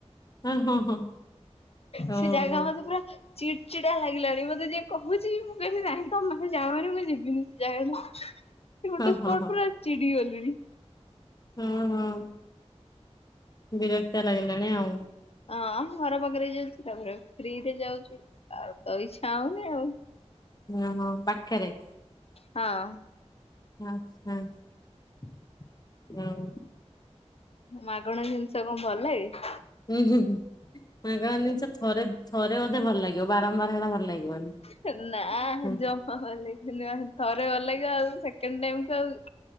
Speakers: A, on the left; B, on the left.
A: ହଁ ହଁ।
B: ସେ
A: ଓହୋ
B: ଜାଗା ମତେ ପୁରା ଚିଡ ଚିଡା ଲାଗିଲାଣି ମତେ ଯିଏ କହୁଛି ମୁଁ କହିବି କିବ ନାହିଁ ତମ ମାନେ ଯାଅହାରି ମୁଁ ଯିବିନି ସେ ଜାଗାକୁ। ସେ ଗୋଟେ
A: ହଁ
B: ସ୍ପଟ
A: ହଁ ହଁ
B: ପୁରା ଚିଡି ଗଲିଣି
A: ହଁ ହଁ ବିରକ୍ତିଆ ଲାଗିଲାଣି ଆଉ
B: ହଁ ଆ ମୁଁ ଘର ପାଖରେ ଯାଉଛି ତାପରେ ଫ୍ରି ରେ ଯାଉଛୁ ଆଉ ତ ଇଛା ହଉନି ଆଉ
A: ଓ ହୋ ପାଖରେ
B: ହଁ।
A: ହଁ-ହଁ-ହଁ।
B: ମାଗଣା ଜିନିଷ କଣ ଭଲ ଲାଗେ?
A: ହୁଁ-ହୁଁ-ହୁଁ ମାଗଣା ଜିନିଷ ଥରେ-ଥରେ ବୋଧେ ଭଲ ଲାଗିବ ବାରମ୍ବାର ହେଳା ଭଲ ଲାଗିବନି,
B: ହେ ନା
A: ହୁଁ
B: ଜମା ଭଲ ଲାଗିବନି ଥରେ ଭଲ ଲାଗିବ ସେକେଣ୍ଡ ଟାଇମକୁ ଆଉ